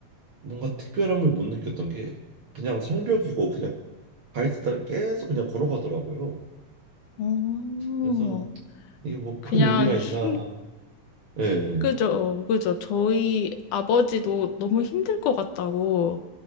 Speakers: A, on the right; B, on the left.
A: 뭔가 특별함을 못 느꼈던 게 그냥 성벽이고 그냥 바이스 따라 계속 그냥 걸어가더라고요.
B: 어,
A: 그래서 이게 뭐
B: 그냥
A: 큰 의미가
B: 힘,
A: 있나? 예,
B: 그죠, 그죠. 저희 아버지도 너무 힘들 것 같다고